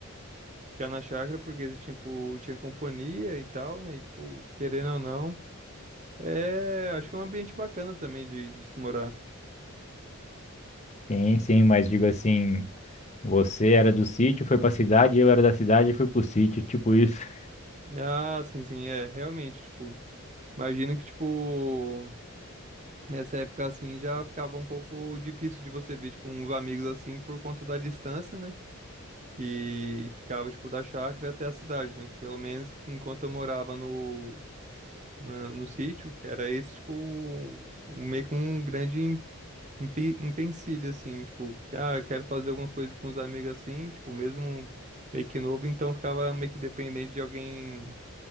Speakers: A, on the right; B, on the left.
A: ficar na chácara, porque, tipo, tinha companhia e tal, né? E, tipo, querendo ou não, é, acho que é um ambiente bacana também de, de se morar.
B: Sim, sim, mas digo assim, você era do sítio, foi pra cidade, eu era da cidade e fui pro sítio, tipo isso. <laughs>
A: Ah, sim, sim, é, realmente, tipo, imagino que, tipo, Nessa época, assim, já ficava um pouco difícil de você ver, tipo, uns amigos, assim, por conta da distância, né? Que ficava, tipo, da chácara até a cidade, né? Pelo menos enquanto eu morava no, na- no sítio, era esse, tipo, um- um, meio que um grande em- empe- empecilho, assim, tipo, ah, eu quero fazer alguma coisa com os amigos, assim, tipo, mesmo meio que novo, então ficava meio que dependente de alguém,